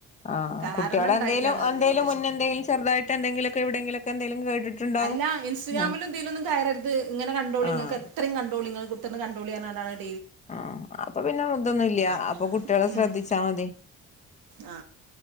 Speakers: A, on the left; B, on the right.
A: ആഹ്
B: കാരണം
A: കുട്ടികളെ
B: ഇണ്ടായിട്ടാണ്
A: എന്തേലും
B: എറിഞ്ഞു
A: എന്തേലും മുന്നേ എന്തെങ്കിലും ചെറുതായിട്ട് എന്തെങ്കിലുമൊക്കെ എവിടെയെങ്കിലുമൊക്കെ എന്തെലും കേട്ടിട്ടുണ്ടാവും
B: അല്ല ഇൻസ്റ്റഗ്രാമിലുതിലൊന്നും
A: ആഹ്
B: കയറര്ത് ങ്ങനെ കണ്ടോളിങ്ങക്കെത്രിം
A: ആഹ്
B: കണ്ടോളി ങ്ങള് കുത്തർന്ന് ക <unintelligible>
A: ആ അപ്പൊ പിന്നെ തൊന്നും ഇല്ല്യ
B: അതെ
A: അപ്പൊ കുട്ട്യേളെ ശ്രദ്ധിച്ചാ
B: ഉം
A: മതി
B: ആ